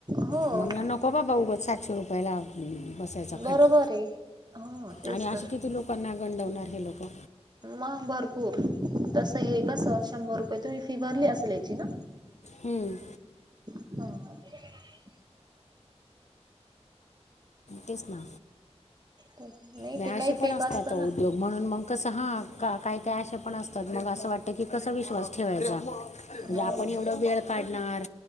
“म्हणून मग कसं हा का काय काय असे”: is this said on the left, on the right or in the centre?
Left